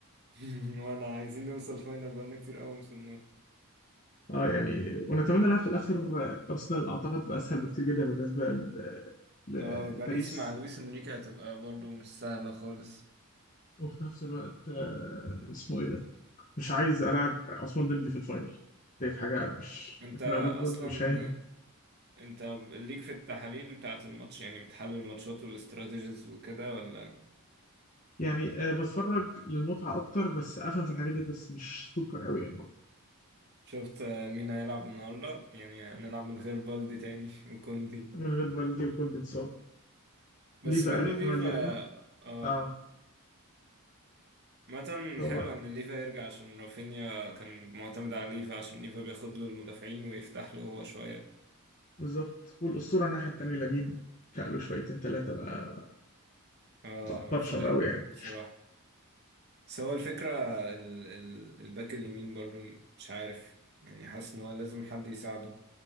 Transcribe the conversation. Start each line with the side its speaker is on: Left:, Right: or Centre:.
Right: <laughs> وانا عايزين نوصل فاينل بقالنا كتير قوي وصلنا
Left: اه يعني ونتمنى نلعب في الاخر آه، ارسنال اعتقد تبقى اسهل بكتير جدا بالنسبه ل- ل-
Right: اه باريس
Left: لباريس
Right: مع لويس انريكي هتبقى برضو مش سهلة خالص
Left: وفي نفس الوقت آه، اسمه ايه ده مش عايز العب عثمان ديمبلي في الفاينل ديت حاجه مش
Right: انت
Left: احنا لو جاب جول
Right: اصلا
Left: مش هيهدى
Right: انت ليك في التحاليل بتاعة الماتش يعني بتحلل الماتشات والاستراتيجيز وكده ولا
Left: يعني آه، بتفرج للمتعة أكتر بس أفهم في الحاجات دي بس مش سوبر أوي يعني
Right: شفت آه، مين هيلعب النهارده يعني هنلعب من غير بالدي تاني وكوندي
Left: من غير والدي وكنت اتصاب
Right: بس
Left: ليه بقى
Right: بيقولوا
Left: الاحتمال
Right: ليفا
Left: يرجع
Right: اه
Left: اه
Right: مثلا
Left: هو
Right: حلو ان ليفا يرجع عشان رافينيا كان معتمد على ليفا عشان ليفا بياخد له المدافعين ويفتح له هو شويه
Left: بالظبط والأسطورة الناحية التانية لامين فقله شويتين تلاتة بقى
Right: آه
Left: بقى برشم
Right: مفاير
Left: أوي يعني
Right: بصراحه بس هو الفكره ال ال الباك اليمين برضو مش عارف يعني حاسس ان هو لازم حد يساعده